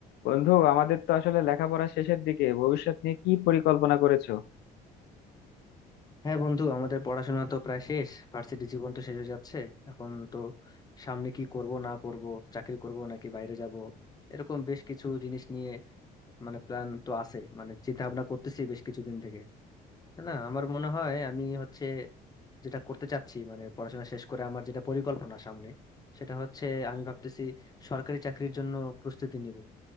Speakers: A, on the left; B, on the left.
A: বন্ধু আমাদের তো আসলে লেখাপড়া শেষের দিকে ভবিষ্যৎ নিয়ে কি পরিকল্পনা করেছো
B: হ্যাঁ বন্ধু আমাদের পড়াশোনা তো প্রায় শেষ ভার্সিটি জীবন তো শেষ হয়ে যাচ্ছে এখন তো সামনে কি করব না করব চাকরি করব নাকি বাইরে যাব এরকম বেশ কিছু জিনিস নিয়ে মানে প্ল্যান তো আছে মানে চিন্তা ভাবনা করতেছি বেশ কিছুদিন থেকে না আমার মনে হয় আমি হচ্ছে যেটা করতে চাচ্ছি মানে পড়াশোনা শেষ করে আমার যেটা পরিকল্পনা সামনে সেটা হচ্ছে আমি ভাবতেছি সরকারি চাকরির জন্য প্রস্তুতি নিব